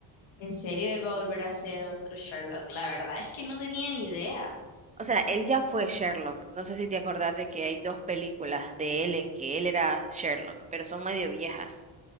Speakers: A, on the left (about 80°); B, on the right (about 15°).
A: ¿En serio él va a volver a ser otro Sherlock? La verdad es que no tenía ni idea.
B: O sea, él ya fue Sherlock. No sé si te acordás de que hay dos películas de él en que él era Sherlock, pero son medio viejas.